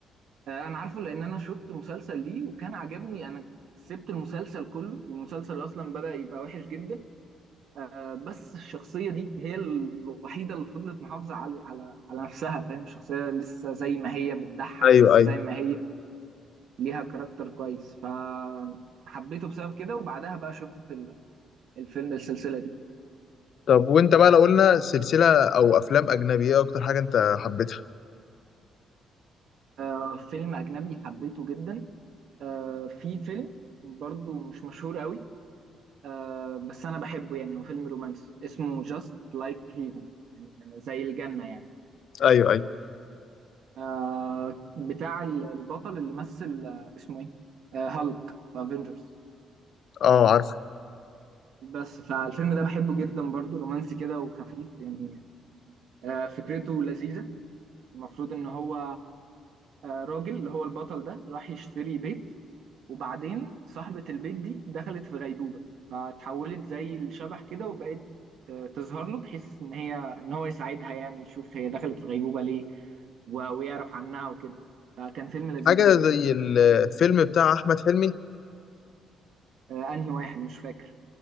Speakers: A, on the right; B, on the left.
A: آه، انا عارفه لان انا شفت مسلسل ليه وكان عجبني انا سبت المسلسل كله والمسلسل اصلا بدأ يبقى وحش جدا آه، بس الشخصية دي هي الوحيدة اللي فضلت محافظة على على على نفسها فاهم الشخصية لسه زي ما هي بتضحك
B: ايوه
A: لسه
B: ايوه
A: زي ما هي ليها كاركتر كويس فحبيته بسبب كده وبعدها بقى شفت ال- الفيلم السلسلة دي
B: طب وانت بقى لو قلنا سلسلة او افلام اجنبية ايه اكتر حاجة انت حبيتها
A: آه، فيلم أجنبي حبيته جدا آه، في فيلم برضو مش مشهور قوي آه، بس أنا بحبه يعني هو فيلم رومانسي اسمه Just Like Heaven يعني زي الجنة يعني
B: ايوه ايوه
A: آه بتاع ال- البطل اللي مثل آه اسمه ايه آه هالك في افنجرز
B: اه عارف
A: بس فالفيلم ده بحبه جدا برضو رومانسي كده وخفيف يعني آه فكرته لذيذة المفروض ان هو آه راجل اللي هو البطل ده راح يشتري بيت وبعدين صاحبة البيت دي دخلت في غيبوبة فتحولت زي الشبح كده وبقت آه، تظهر له بحيث ان هي ان هو يساعدها يعني يشوف هي دخلت في غيبوبة ليه و- ويعرف عنها وكده فكان فيلم لذيذ
B: حاجة
A: جدا
B: زي الفيلم بتاع احمد حلمي
A: آه انهي واحد مش فاكر